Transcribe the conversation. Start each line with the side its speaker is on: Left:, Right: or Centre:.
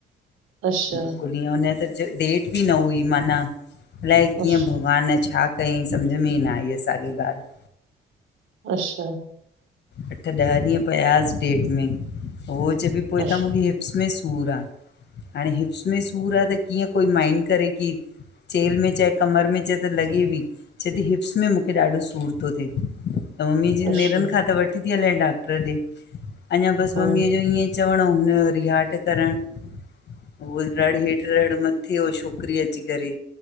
Right: अच्छा
Left: बिल्कुलु ईअं हुनजे त डेट बि न हुई माना, अलाए कीअं
Right: अच्छा
Left: भॻवान छा कयई सम्झि में ई न आई असांखे ॻाल्हि
Right: अच्छा
Left: अठ ॾह ॾींहं पयास डेट में, उहो चए पई
Right: अच्छा
Left: त मूंखे हिप्स में सूरु आहे हाणे हिप्स में सूरु आहे त कीअं कोई माइंड करे की चेल में चए कमर में चए त लॻे बि छ थी हिप्स में मूंखे ॾाढो सूर तो थिए। त मम्मीअ चयईस
Right: अच्छा
Left: नेरनि खां त वठी थी हले डॉक्टर ॾे अञा बसि
Right: हा
Left: मम्मीअ जो ईअं चवण अऊ हुन जो रिहाट करणु उह रड हेठि रड़ मथे मथे उ छोकिरी अची करे